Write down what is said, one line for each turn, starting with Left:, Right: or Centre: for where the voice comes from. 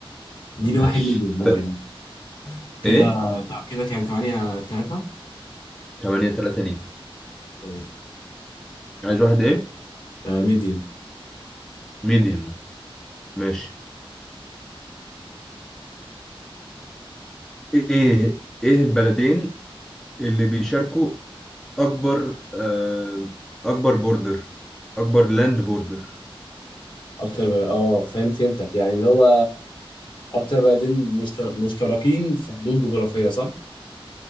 Left: اديني
Centre: ماشي
Left: واحد ميديوم ميديوم
Centre: ت...
Left: كده
Centre: إيه؟
Left: تع- كده كان 8 3
Centre: تمانية تلاتة ليك
Left: طيب
Centre: عايز واحد إيه؟
Left: آه ميديوم
Centre: ميديوم ماشي ايه ايه البلدين اللي بيشاركوا اكبر آه اكبر بوردر اكبر لاند بوردر
Left: اكتر بلد اه فهم فهمتك يعني اللي هو اكتر بلدين مشتر... مشتركين في حدود جغرافية صح